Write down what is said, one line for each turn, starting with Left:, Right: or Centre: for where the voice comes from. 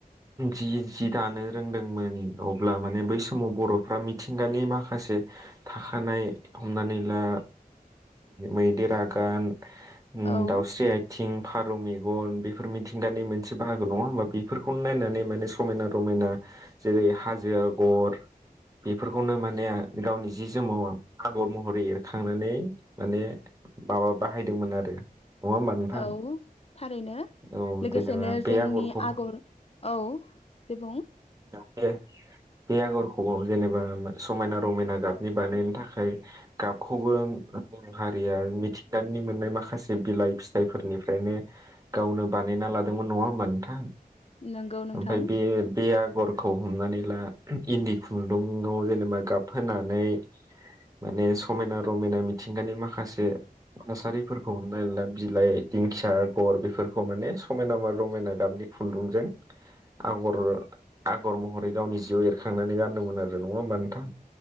Right: जि जि दानो रोंदोंमोन अब्ला माने बै समाव बर'फ्रा मिथिंगानि माखासे थाखानाय हमनानैला मैदेर आगान <inaudible> उम
Left: औ
Right: दाउस्रि आइथिं फारौ मेगन बेफोर मिथिंगानि मोनसे बाहागो नङा होमबा बेफोरखौनो नायनानै माने समायना रमायना जेरै हाजो आगर बेफोरखौनो माने गावनि जि जोमाव आगर महरै एरखांनानै माने माबा बाहायदोंमोन आरो। होमबा नोंथां
Left: औ थारैनो
Right: औ
Left: लोगोसेनो
Right: जेनेबा बे
Left: जोंनि
Right: आगरखौ
Left: आगर औ दे बुं।
Right: ए बे आगरखौ जेनेबा समायना रमायना गाबनि बानायनो थाखाय गाबखौबो बर' हारिया मिथि दाननि मोननाय माखासे बिलाइ फिथाइफोरनिफ्रायनो गावनो बानायना लादोंमोन नङा होमबा नोंथां।
Left: नंगौ नोंथां
Right: ओमफ्राय बे बे आगरखौ हमनानै ला इन्दि खुन्दुआव जेनेबा गाब होनानै माने समायना रमायना मिथिंगानि माखासे थासारिफोरखौ हमनानै ला बिलाइ दिंखिया आगर बेफोरखौ माने समायना मा रमायना गाबनि खुन्दुंजों आगर आगर महरै गावनि जिउआव एरखांनानै गानदोंमोन आरो नङा होमबा नोंथां?